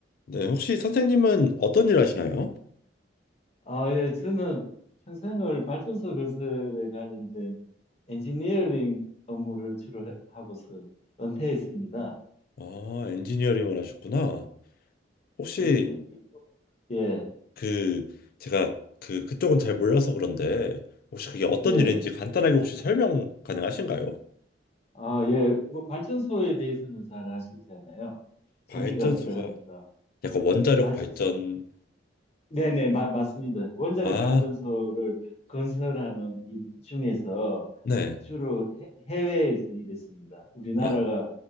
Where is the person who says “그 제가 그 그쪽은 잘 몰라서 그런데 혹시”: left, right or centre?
Left